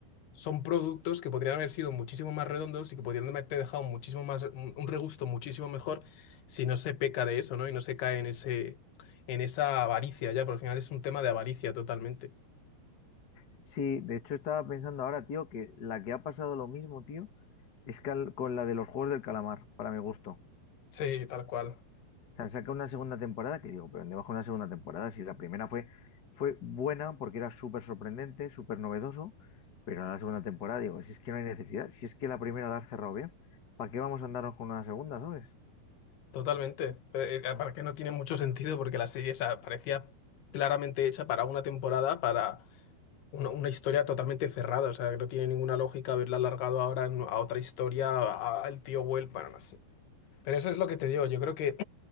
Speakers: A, on the left; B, on the left.
A: son productos que podrían haber sido muchísimo más redondos y que podrían haberte dejado muchísimo más, un un regusto muchísimo mejor si no se peca de eso, ¿no? Y no se cae en ese, en esa avaricia ya, porque al final es un tema de avaricia totalmente.
B: Sí, de hecho estaba pensando ahora, tío, que la que ha pasado lo mismo, tío, es cal- con la de los Juegos del Calamar, para mi gusto.
A: Sí, tal cual,
B: sea, saca una segunda temporada que digo, pero ¿dónde bajo una segunda temporada? Si la primera fue, fue buena porque era súper sorprendente, súper novedoso, pero en la segunda temporada digo, si es que no hay necesidad, si es que la primera la has cerrado bien, ¿para qué vamos a andarnos con una segunda, sabes?
A: totalmente. Eh, eh, Aparte que no tiene mucho sentido porque la serie, o sea, parecía claramente hecha para una temporada, para una, una historia totalmente cerrada, o sea, que no tiene ninguna lógica haberla alargado ahora en- a otra historia, a- al tío vuelva, Pero eso es lo que te digo. Yo creo que